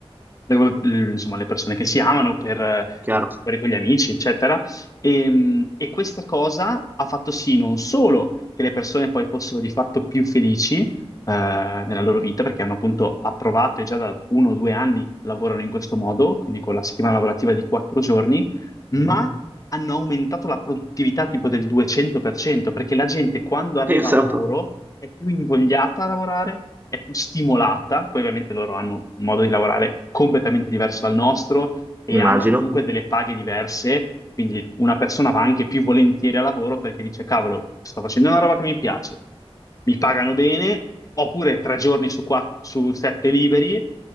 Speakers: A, on the left (about 35°); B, on the right (about 20°).
A: le- le- insomma, le persone che si amano per eh,
B: chiaro.
A: andare fuori con gli amici, eccetera. E, e questa cosa ha fatto sì non solo che le persone poi fossero di fatto più felici eh, nella loro vita, perché hanno appunto approvato e già da uno o due anni lavorano in questo modo, quindi con la settimana lavorativa di quattro giorni, ma
B: Mhm.
A: hanno aumentato la produttività tipo del 200%, perché la gente quando arriva
B: Pensa
A: al lavoro
B: un po'.
A: è più invogliata a lavorare, è più stimolata, poi ovviamente loro hanno un modo di lavorare completamente diverso dal nostro e
B: Immagino.
A: hanno comunque delle paghe diverse, quindi una persona va anche più volentieri al lavoro perché dice, cavolo, sto facendo una roba che mi piace, mi pagano bene, oppure tre giorni su, quatt- su sette liberi. eh,